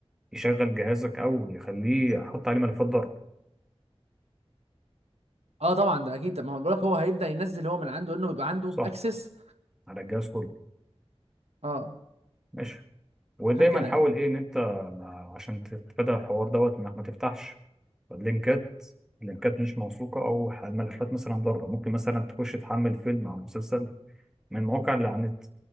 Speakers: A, in the centre; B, on the right (about 75°).
A: يشغل جهازك او يخليه يحط عليه ملفات ضرر
B: اه طبعا ده اكيد ده ما هو بقولك هو هيبدا ينزل هو من عنده انه بيبقى عنده
A: صح
B: اكسس
A: على الجهاز كله
B: اه
A: ماشي ودايما
B: عشان كده
A: حاول
B: يعني
A: ايه ان انت ما عشان تتفادى الحوار دوت انك ما تفتحش لينكات لينكات مش موثوقة او ح- ملفات مثلا ضارة ممكن مثلا تخش تحمل فيلم او مسلسل من مواقع اللي على النت